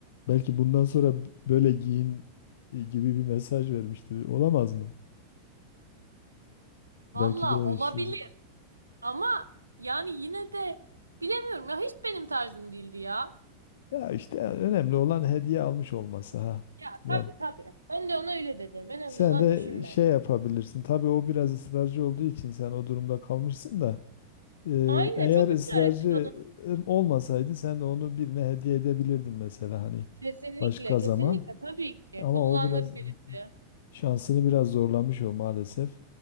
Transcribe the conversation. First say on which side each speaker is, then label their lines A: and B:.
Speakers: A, on the left (about 55°); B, on the right (about 80°).
A: Belki bundan sonra böyle giyin e, gibi bir mesaj vermiştir. Olamaz mı?
B: Valla
A: Belki de
B: olabilir
A: işte.
B: ama yani yine de bilemiyorum ya hiç benim tarzım değildi ya.
A: Ya işte önemli olan hediye almış olması ha.
B: Ya
A: Yani
B: tabii tabii. Ben de ona öyle dedim. Önemli
A: Sen
B: olan
A: de
B: düşünmek.
A: şey yapabilirsin. Tabii o biraz ısrarcı olduğu için sen o durumda kalmışsın da. e,
B: Aynen
A: eğer
B: çok
A: ısrarcı
B: ısrar etti bana.
A: olmasaydı sen de onu birine hediye edebilirdin mesela hani
B: Kesinlikle,
A: başka
B: kesinlikle
A: zaman.
B: tabii ki
A: Ama
B: kullanır
A: o biraz
B: birisi.
A: şansını biraz zorlamış o maalesef.